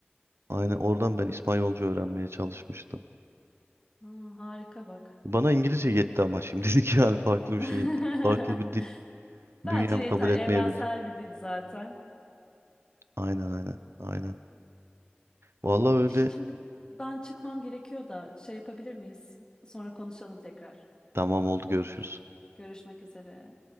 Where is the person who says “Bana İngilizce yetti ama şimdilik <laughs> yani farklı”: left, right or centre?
Right